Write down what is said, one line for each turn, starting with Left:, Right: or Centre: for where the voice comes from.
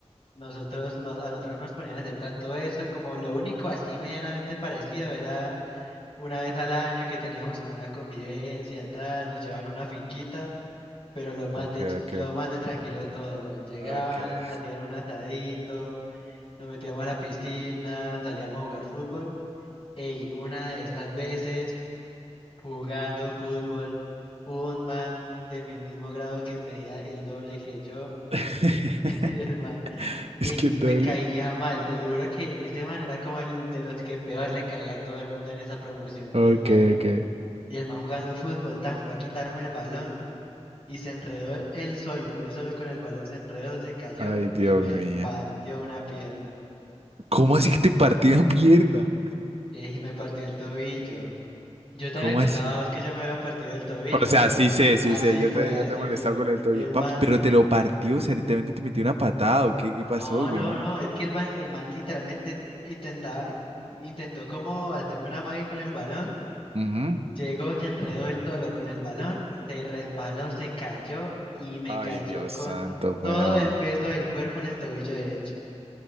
Left: Nosotros, no- a nosotros no nos ponían a hacer tanto eso, como lo único así medianamente parecido era una vez al año que teníamos como una convivencia, tal, nos llevaban a una finquita, pero lo más
Right: Ok,
Left: de, ch-
Right: ok.
Left: lo más de tranquilo todo. Llegaban,
Right: Okay.
Left: hacían un asadito, nos metíamos a la piscina, salíamos a jugar fútbol. Ey, una de esas veces jugando fútbol, hubo un man de mi mismo grado que medía el doble que yo,
Right: <laughs>
Left: <laughs> El man, ey,
Right: Es que el
Left: y me
Right: doble.
Left: caía mal, te lo juro que ese man era como el de los que peor le caía a todo el mundo en esa promoción.
Right: Ok,
Left: Y el man,
Right: ok.
Left: y el man jugando fútbol, tan fue a quitarme el balón y se enredó él solo, él solo con el balón se enredó, se cayó
Right: Ay, Dios
Left: y me
Right: mío.
Left: partió una pierna.
Right: ¿Cómo así que te partí una pierna?
Left: Ey, Y me partió el tobillo. Yo te
Right: ¿Cómo
Left: había contado
Right: así?
Left: a vos que yo me había partido el tobillo,
Right: O sea,
Left: bueno,
Right: sí sé, sí
Left: así
Right: sé. Ya
Left: fue,
Right: te,
Left: así
Right: ya te he molestado
Left: fue.
Right: con el tobillo.
Left: El
Right: Papi,
Left: man
Right: pero te lo partió. O sea, literalmente te metió una patada. ¿o qué, qué pasó,
Left: No,
Right: weón?
Left: no, no, es que el man, el man literalmente intentaba, intentó como hacerme una magia con el balón,
Right: Ujú.
Left: llegó, se enredó él solo con el balón, se resbaló, se cayó y me
Right: Ay,
Left: cayó
Right: Dios
Left: con
Right: santo, weón.
Left: todo el peso del cuerpo en el tobillo derecho.